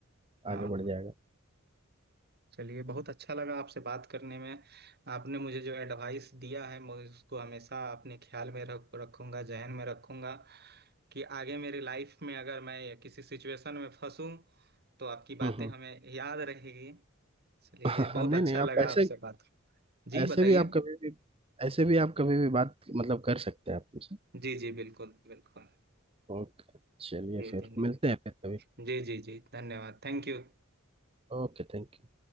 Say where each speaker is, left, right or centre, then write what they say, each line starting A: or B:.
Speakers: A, on the right (about 50°); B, on the right (about 25°).
A: हाँ
B: आगे बढ़ जाएगा
A: चलिए बहुत अच्छा लगा आपसे बात करने में आपने मुझे जो एडवाइस दिया है मैं उसको हमेशा अपने ख्याल में रख रखूंगा जहन में रखूंगा कि आगे मेरी लाइफ में अगर मैं किसी सिचुएशन में फंसूं तो आपकी
B: हम्म
A: बातें हमें याद रहेगी चलिए
B: हम्म।
A: बहुत
B: <laughs> नहीं
A: अच्छा
B: नहीं
A: लगा
B: आप ऐसे
A: आपसे बात जी
B: ऐसे
A: बताइए
B: भी आप कभी भी ऐसे भी आप कभी भी बात मतलब कर सकते हैं आप मुझसे
A: जी जी बिल्कुल बिल्कुल
B: ओके चलिए
A: जी
B: फिर
A: जी जी
B: मिलते हैं फिर कभी
A: जी जी जी धन्यवाद Thank you
B: Okay thank you